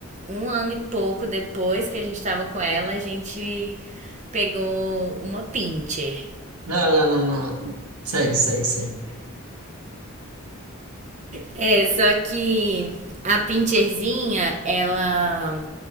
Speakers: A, on the right; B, on the right.
A: um ano e pouco depois que a gente tava com ela, a gente pegou uma pincher.
B: Não, não, não, não. Segue, segue, segue.
A: É, só que a Pincherzinha, ela.